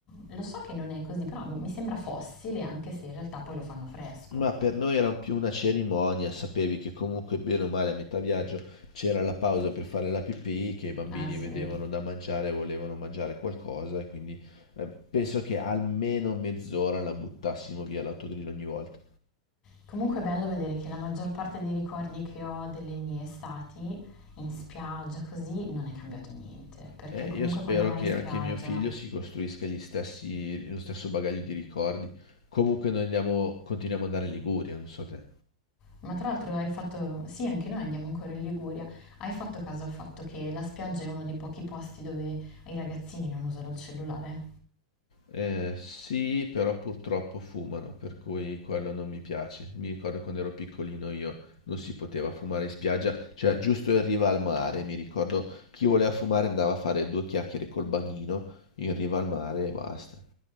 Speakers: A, on the left (about 25°); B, on the left (about 80°).
A: Lo so che non è così, però mi sembra fossile anche se in realtà poi lo fanno fresco.
B: Ma per noi era più una cerimonia, sapevi che comunque bene o male a metà viaggio c'era la pausa per fare la pipì, che i bambini
A: Ah sì.
B: vedevano da mangiare, e volevano mangiare qualcosa e quindi eh, penso che almeno mezz'ora la buttassimo via l'autogrill ogni volta.
A: Comunque è bello vedere che la maggior parte dei ricordi che ho delle mie estati in spiaggia così non è cambiato niente, perché
B: Eh,
A: comunque
B: io spero
A: quando vai
B: che
A: in spiaggia
B: anche mio figlio si costruisca gli stessi, lo stesso bagaglio di ricordi. Comunque noi andiamo, continuiamo ad andare in Liguria, non so te.
A: Ma tra l'altro hai fatto, sì, anche noi andiamo ancora in Liguria, hai fatto caso al fatto che la spiaggia è uno dei pochi posti dove i ragazzini non usano il cellulare?
B: Eh, sì, però purtroppo fumano, per cui quello non mi piace. Mi ricordo quando ero piccolino io non si poteva fumare in spiaggia, cioè giusto in riva al mare. Mi ricordo chi voleva fumare andava a fare due chiacchiere col bagnino in riva al mare e basta.